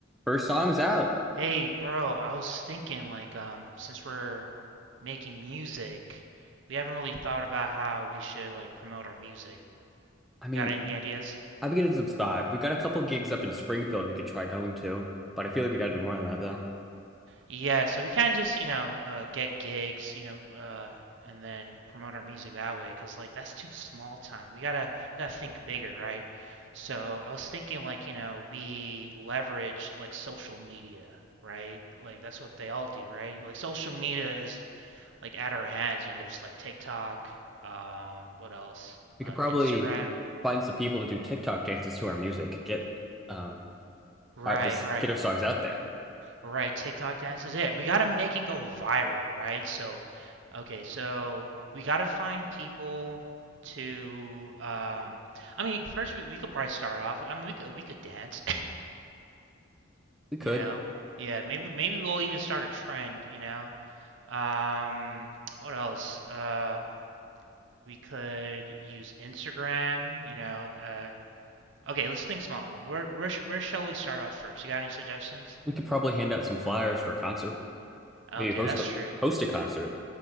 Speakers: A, in the centre; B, on the right.
A: First song's out.
B: Hey, bro, I was thinking like um since we're making music, we haven't really thought about how we should like promote our music.
A: I mean,
B: Got any ideas?
A: I've been getting some thought. We've got a couple gigs up in Springfield we could try going to, but I feel like we gotta do more than that though.
B: Yeah, so we can just, you know, uh get gigs, you know, uh and then promote our music that way 'cause like that's too small time. We gotta we gotta think bigger, right? So I was thinking like, you know, we leverage like social media, right? Like that's what they all do, right? Like social media is like at our hands. You know, there's like TikTok, um, what else?
A: We
B: Uh,
A: could probably
B: Instagram.
A: find some people to do TikTok dances to our music. Get um
B: Right,
A: our, this
B: right,
A: get our songs out there.
B: right. TikTok dances. Yeah, we gotta make it go viral, right? So, okay, so we gotta find people to. Um, I mean, first we, we could probably start off. I mean, we could we could dance. <laughs>
A: We could.
B: you know. Yeah, maybe maybe we'll even start a trend. You know. Um, what else? Uh, we could use Instagram. You know. Uh Okay, let's think smaller. Where where sh- where shall we start off first? You got any suggestions?
A: We could probably hand out some flyers for a concert.
B: Okay,
A: Maybe host
B: that's
A: a-
B: true.
A: host a concert.